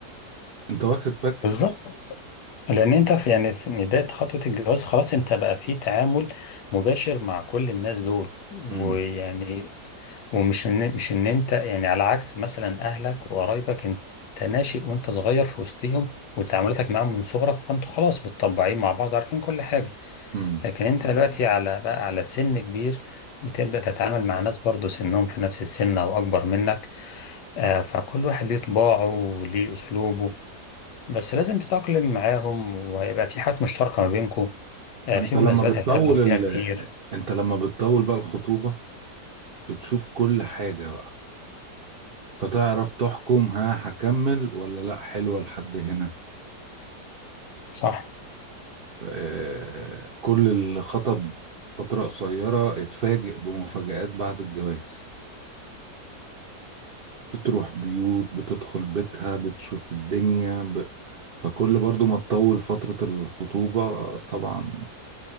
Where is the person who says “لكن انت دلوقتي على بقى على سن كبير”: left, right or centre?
Left